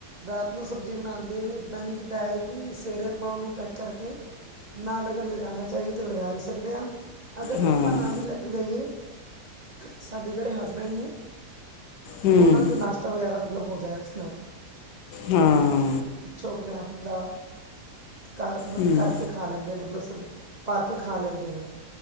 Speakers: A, on the right; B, on the left.
A: ਰਾਤ ਨੂੰ ਸਬਜ਼ੀ ਬਣਾਉਣ ਦੇ ਬੈਨੀਫਿਟ ਐ ਕਿ ਸਵੇਰੇ ਆਪਾਂ ਉਨੂੰ ਪੈਕ ਕਰਕੇ ਨਾਲ ਅਗਰ ਲੈ ਜਾਨਾ ਚਾਈਏ ਤਾਂ ਲੈ ਜਾ ਵੀ ਸਕ ਸਕਦੇ ਆ, ਅਗਰ
B: ਹਾਂ
A: ਆਪਾਂ ਨਾ ਵੀ ਲੱੱਗ ਜਾਈਏ ਸਾਡੇ ਜੇੜੇ ਹਸਬੈਂਡ ਨੇ
B: ਹੂੰ
A: ਓਨਾਂ ਦਾ ਨਾਸ਼ਤਾ ਵਗੈਰਾ ਮਤਲਬ ਹੋ ਜਾਏ ਉਸ ਨਾਲ
B: ਹੂੰ।
A: ਪਿੱਛੋਂ ਆਪਣੇ ਆਪ ਬੰਦਾ, ਕਰ ਮਤਲਬ
B: ਹੂੰ
A: ਕਰਕੇ ਖਾ ਲੈਂਦੇ ਨੇ ਮਤਲਬ ਸਬ, ਪਾ ਕੇ ਖਾ ਲੈਂਦੇ ਨੇ।